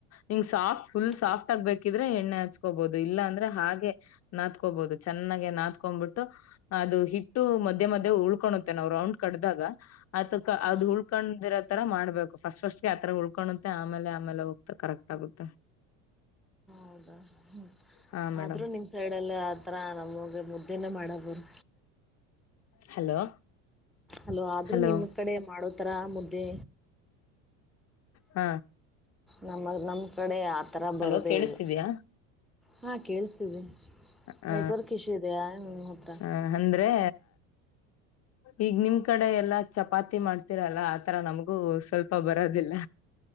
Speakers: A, on the left; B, in the centre.
A: ಹಿಂಗ ಸಾಫ್ ಫುಲ್ ಸಾಫ್ಟ್
B: ಅದು
A: ಆಗ್ಬೇಕಿದ್ರೆ ಎಣ್ಣೆ ಆ. ನಚ್ಕೋಬಹುದು ಇಲ್ಲ ಅಂದ್ರೆ ಹಾಗೆ ನಾತ್ಕೋಬೋದು ಚೆನ್ನಾಗೆ ನಾತ್ಕೊ್ಬಿಟ್ಟು ಅದು ಹಿಟ್ಟು ಮಧ್ಯೆ ಮದೆ ಉಳ್ಕಳುತ್ತೆ ನಾವ್ ರೌಂಡ್ ಕಡ್ದಾಗ ಅತ್
B: ಹಾ
A: ಅದು ಉಳ್ಕೊಂಡಿರೋ ತರ ಮಾಡ್ಬೇಕು ಫಸ್ಟ್ ಫಸ್ಟ್ಗೆ ಆತರ ಉಳ್ಕಳುತ್ತೆ ಆಮೇಲೆ ಆಮೇಲೆ ಹೋಗ್ತಾ ಕರೆಕ್ಟ್ ಆಗುತ್ತೆ.
B: ಹೌದಾ ಹ್ಮ್
A: ಹಾ ಮೇಡಮ್
B: ಆದ್ರೂ ನಿಮ್ ಸೈಡ್ ಅಲ್ಲಿ ಆತರ ನಮ್ಮ. ಅ ಮುದ್ದೆನ ಮಾಡಬೋದು
A: ಹಲೋ
B: ಅಲೋ ಆದ್ರೂ
A: ಹಲೋ
B: ನಿಮ್ ಕಡೆ ಮಾಡೋದು. ಯತ್ತರಾ ಮುದ್ದೆ
A: <inaudible> ಹಾ.
B: ನಮ್ಮ ನಮ್ ಕಡೆ ಆತರ
A: ಹಲೋ
B: ಬರುದೇ
A: ಕೇಳಿಸ್ತಿದ್ಯಾ
B: ಇಲ್ಲ. ಹಾ ಕೇಳ್ಸ ತಿದೆ
A: ಹ
B: ನೆಟ್ವರ್ಕ್ ಇಶ್ಯೂ ಇದೆಯಾ ನಿಮ್ಮ ಹತ್ರ.
A: ಹ ಅಂದ್ರೆ ಈಗ ನಿಮ್ ಕಡೆ ಎಲ್ಲಾ ಚಪಾತಿ ಮಾಡ್ತರಲ್ಲ ಆತರ ನಮ್ಗೂ ಸ್ವಲ್ಪ ಬರದಿಲ್ಲ